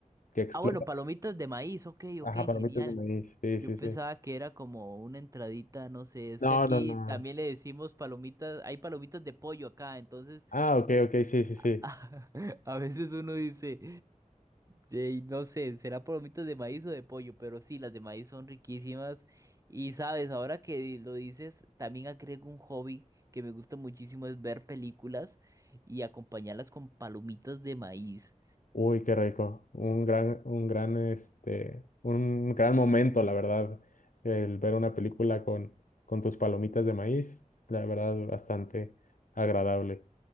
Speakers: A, on the left; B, on the right.
A: que explota.
B: Ah, bueno, palomitas de maíz, ok,
A: Ajá,
B: ok,
A: palomitas
B: genial.
A: de maíz, sí,
B: Yo
A: sí,
B: pensaba
A: sí.
B: que era como una entradita, no sé, es
A: No,
B: que aquí
A: no, no.
B: también le decimos palomitas, hay palomitas de pollo acá, entonces
A: Ah, ok, ok, sí, sí, sí.
B: <laughs> a, veces uno dice, "Ey, no sé, será palomitas de maíz o de pollo, pero sí, las de maíz son riquísimas. Y sabes, ahora que lo dices, también agrego un hobby que me gusta muchísimo, es ver películas y acompañarlas con palomitas de maíz.
A: Uy, qué rico. Un gran, un gran, este, un gran momento, la verdad, el ver una película con, con tus palomitas de maíz, la verdad, bastante agradable.